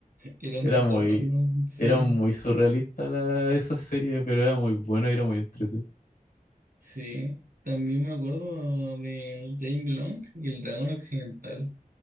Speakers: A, on the right; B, on the left.
A: era
B: Era
A: un poco
B: muy,
A: random, sí.
B: era muy surrealista la, esa serie, pero era muy buena y era muy entretenida.
A: Sí, también me acuerdo del Jane Long y el dragón occidental.